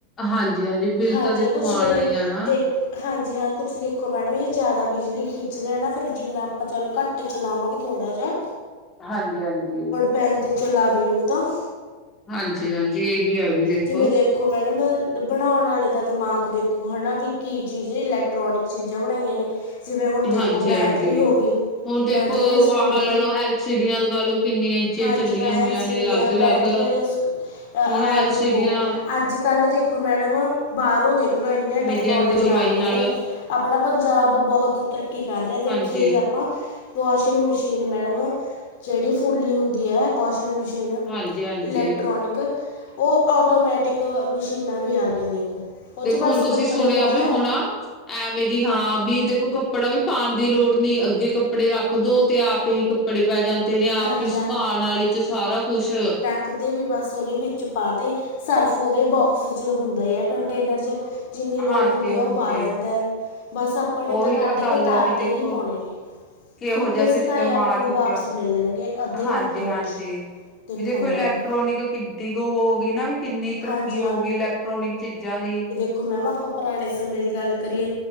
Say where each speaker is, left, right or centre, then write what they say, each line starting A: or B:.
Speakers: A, on the left; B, on the left.
A: ਹਾਂਜੀ- ਹਾਂਜੀ ਬਿੱਲ
B: ਹਾਂਜੀ,
A: ਤਾਂ ਦੇਖੋ
B: ਕੁਛ
A: ਆਣਾ
B: ਇਹ
A: ਹੀ ਆਣਾ
B: ਦੇਖ ਹਾਂਜੀ ਹਾਂ ਕੁੱਛ ਦੇਖੋ ਮੈਡਮ ਇਹ ਜ਼ਿਆਦਾ ਬਿਜਲੀ ਖਿੱਚ ਰਿਹਾ ਨਾ ਫੇਰ ਜਿੰਨਾ ਆਪਾਂ ਚਲ ਘੱਟ ਘੱਟ ਚਲਾਵਾਂਗੇ ਥੋੜ੍ਹਾ ਜਾ
A: ਹਾਂਜੀ -ਹਾਂਜੀ
B: ਪੈਂਤੀ ਚਲਾਵੇਣ ਦੋ
A: ਹਾਂਜੀ- ਹਾਂਜੀ ਇਹੀ ਆ ਵੀ ਦੇਖੋ
B: ਜਿਵੇਂ ਦੇਖੋ ਮੈਡਮ <unintelligible> ਬਣਾਉਣ ਵਾਲੇ ਦਾ ਦਿਮਾਗ ਦੇਖੋ ਹਨਾ ਵੀ ਕੀ ਚੀਜ਼, ਇਲੈਕਟ੍ਰੋਨਿਕ ਚੀਜ਼ਾਂ ਬਣਾਈਆਂ ਨੇ ਜਿਵੇਂ ਹੁਨ ਦੇਖੋ
A: ਹਾਂਜੀ
B: ਬੈਟਰੀ
A: ਹਾਂਜੀ
B: ਹੋ ਗਈ
A: ਹੁਣ ਦੇਖੋ
B: ਬੈਟਰੀ ਵਾਲੀ ਸਕੂਟਰੀ,
A: ਆਹ ਲਾ ਲਓ ਐਲ ਸੀ ਡੀਆਂ ਲਗਾ ਲਓ ਕਿੰਨੀਆਂ ਇੰਚੀਆਂ
B: ਹਾਂਜੀ
A: ਚੱਲੀਆਂ
B: ਹੈ
A: ਹੋਈਆਂ
B: ਐਲ ਸੀ
A: ਨੇ ਅਲੱਗ
B: ਡੀ ਹੈ ਬੈਟਰੀ
A: ਅਲੱਗ
B: ਵਾਲੀ ਸਕ ਅ
A: ਹੁਣ
B: ਆਹ
A: ਐਲ
B: ਦੇਖੋ,
A: ਸੀ ਡੀਆਂ
B: ਅੱਜ- ਕੱਲ ਦੇਖੋ ਮੈਡਮ ਬਾਹਰੋਂ ਦੇ ਲ ਇੰਨੀਆਂ
A: ਵੇਦਿਆਂ
B: ਟੈਕਨੋਲੋਜੀਆਂ
A: ਨੇ ਕੋਈ ਫਾਈ
B: ਆ ਰਹੀਆਂ
A: ਨਾਲ
B: ਨੇ, ਆਪਣਾ ਪੰਜਾਬ ਬਹੁਤ ਤਰੱਕੀ ਕਰ ਰਿਹਾ, ਦੇਖੀਏ
A: ਹਾਂਜੀ
B: ਜੇ ਅਪ ਆਪਾਂ, ਵਾਸ਼ਿੰਗ ਮਸ਼ੀਨ ਮੈਡਮ ਜਿਹੜੀ ਫੁੱਲੀ ਹੁੰਦੀ ਹੈ ਵਾਸ਼ਿੰਗ ਮਸ਼ੀਨ ਮਸ਼ੀਨ
A: ਹਾਂਜੀ-ਹਾਂਜੀ
B: ਇਲੈਕਟ੍ਰਾਨਿਕ ਉਹ ਆਟੋਮੈਟਿਕ ਅ ਮਸ਼ੀਨ ਮਸ਼ੀਨਾ ਵੀ ਆ ਗਈਆ ਦੇਖੋ ਉਹ
A: ਦੇਖੋ
B: 'ਚ ਬਸ
A: ਹੁਣ ਤੁਸੀਂ
B: ਕੱਪੜੇ
A: ਸੁਣਿਆ
B: ਪਾਉਣਾ
A: ਵੀ ਹੋਣਾ, ਐਵੇਂ ਦੀ ਹਾਂ ਵੀ ਦੇਖੋ ਕੱਪੜਾ ਵੀ ਪਾਣ ਦੀ ਲੋੜ ਨੀ, ਅੱਗੇ ਕੱਪੜੇ ਰੱਖ ਦੋ ਤੇ ਆਪ ਹੀ ਕਪ ਕੱਪੜੇ ਪੈ ਜਾਂਦੇ ਨੇ,
B: ਹਾਂਜੀ
A: ਆਪ ਹੀ
B: ਹਾਂ
A: ਸੁਕਾਣ ਵਾਲੀ 'ਚ, ਸਾਰਾ ਕੁਛ
B: ਕਦੇ ਵੀ ਬਸ ਉਹਦੇ ਵਿੱਚ ਪਾ ਦੇ, ਸਰਫ ਉਹਦੇ ਬੋਕਸ 'ਚ ਹੁੰਦਾ ਆ ਕੰਟੇਨਰ 'ਚ ਜਿੰਨੀ ਲੋੜ
A: ਹਾਂਜੀ-ਹਾਂਜੀ
B: ਹੁੰਦੀ ਉਹ ਪਾ ਲੈਂਦਾ ਹੈ ਬਸ ਅਪ ਕੱਪੜੇ
A: ਉਹੀ
B: ਤਾਂ ਕੱਢ
A: ਗੱਲ
B: ਕੇ ਤਾਰ
A: ਆ ਵੀ ਦੇਖੋ
B: ਤੇ ਹੀ ਪਾਉਣੇ ਨੇ,
A: ਕਿਹੋ
B: ਸੁੱਕੇ
A: ਜਿਹਾ ਸਿਸਟਮ
B: ਸੁਕਾਏ ਆਪਾਂ
A: ਆ ਚੁੱਕਿਆ
B: ਨੂੰ ਵਾਪ ਵਾਪਸ ਮਿਲਣਗੇ ਅੱਧੇ
A: ਹਾਂਜੀ-ਹਾਂਜੀ
B: ਘੰਟੇ ਵਿੱਚ, ਦੇਖੋ
A: ਵੀ
B: ਮੈਡਮ
A: ਇਲੈਕਟ੍ਰੋਨਿਕ ਕਿੱਡੀ ਕੁ ਹੋ ਗਈ ਨਾ ਵੀ ਕਿੰਨੀ ਤਰੱਕੀ
B: ਹਾਂਜੀ
A: ਹੋ ਗਈ ਇਲੈਕਟ੍ਰੋਨਿਕ ਚੀਜ਼ਾਂ ਦੀ
B: ਖੁਮੈਮ ਆਪਾਂ ਪੁਰਾਣੇ ਸਮੇਂ ਦੀ ਗੱਲ ਕਰੀਏ